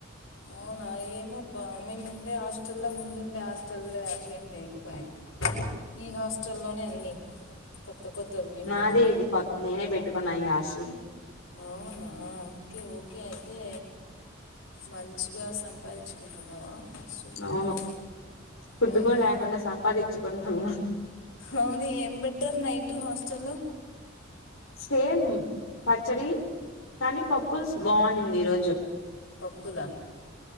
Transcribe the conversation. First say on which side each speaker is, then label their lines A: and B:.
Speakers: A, on the left; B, on the left.
A: అవునా ఏమో మేము ఉండే హాస్టల్లో ముందుండే హాస్టల్లో అట్లేమి లేకపోయా ఈ హాస్టల్లోనే అన్నీ కొత్త కొత్తవి వింటున్నా
B: నాదే ఇది కొ నేనే పెట్టుకున్నా ఈ ఆశలుని
A: అవునా కే ఓకే అయితే మంచిగా సంపాదించుకుంటున్నావా హాస్టల్లో
B: అవును
A: ఉండి
B: ఫుడ్
A: హ్మ్.
B: కూడా లేకుండా సంపాదించుకుంటున్న
A: అవును ఏం పెట్టారు నైట్ హాస్టల్ లో
B: సేమ్ పచ్చడి కానీ పప్పుల్స్ బాగునింది ఈరోజు
A: పప్పుల